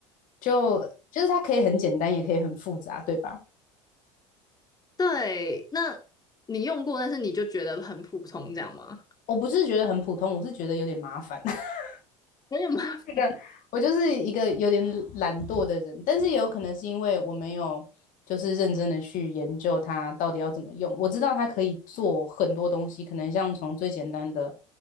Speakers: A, on the left; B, on the left.
A: 就就是它可以很简单，也可以很复杂，对吧？
B: 对，那你用过，但是你就觉得很普通，这样吗？
A: 我不是觉得很普通，我是觉得有点麻烦。<laughs>
B: 有点吗？
A: 那个我就是一个有点懒惰的人，但是也有可能是因为我没有就是认真的去研究它到底要怎么用。我知道它可以做很多东西，可能像从最简单的